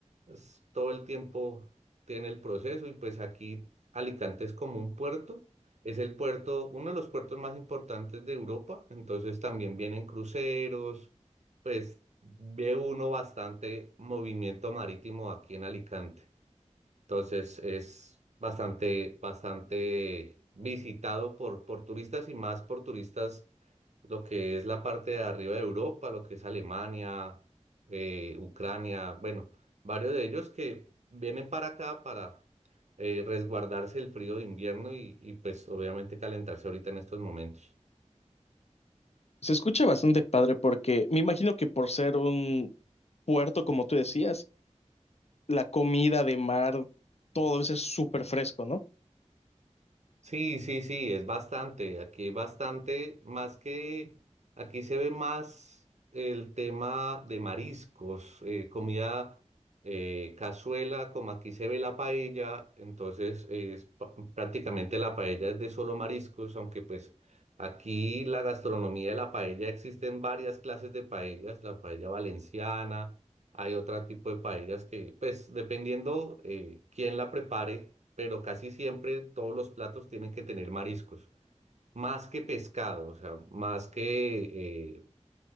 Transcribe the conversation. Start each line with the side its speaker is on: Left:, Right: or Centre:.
Right: Es- todo el tiempo tiene el proceso y pues aquí Alicante es como un puerto, es el puerto, uno de los puertos más importantes de Europa, entonces también vienen cruceros, pues ve uno bastante movimiento marítimo aquí en Alicante. Entonces es bastante, bastante visitado por, por turistas y más por turistas, lo que es la parte de arriba de Europa, lo que es Alemania, eh, Ucrania, bueno, varios de ellos que vienen para acá para eh, resguardarse el frío de invierno y, y pues obviamente calentarse ahorita en estos momentos.
Left: Se escucha bastante padre porque me imagino que por ser un puerto, como tú decías, la comida de mar, todo eso es súper fresco, ¿no?
Right: Sí, sí, sí, es bastante. Aquí hay bastante, más que aquí se ve más el tema de mariscos, eh, comida eh, cazuela, como aquí se ve la paella, entonces es pa- prácticamente la paella es de solo mariscos, aunque pues aquí la gastronomía de la paella existen varias clases de paellas, la paella valenciana. Hay otro tipo de paellas que, pues, dependiendo eh, quién la prepare, pero casi siempre todos los platos tienen que tener mariscos, más que pescado, o sea, más que eh,